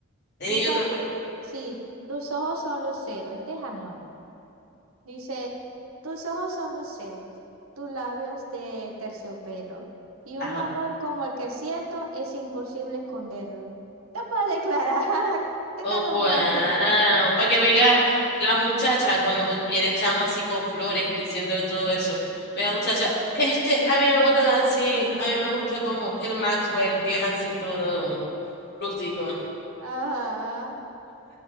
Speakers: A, on the left; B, on the right.
A: Tenía
B: Dice,
A: yo otro por ahí.
B: sí, tus ojos son luceros, este es anónimo. Dice, tus ojos son luceros, tus labios de terciopelo, y
A: Ajá.
B: un amor como el que siento es imposible esconderlo. Te puedes declarar, <laughs> te
A: Oh,
B: está romántico.
A: wow. Para que venga la muchacha cuando viene el chamo así con flores diciendo todo eso. Mira, la muchacha, este, a mí me gusta así, a mí me gusta como el Maxwell, que es así todo rústico.
B: Ajá.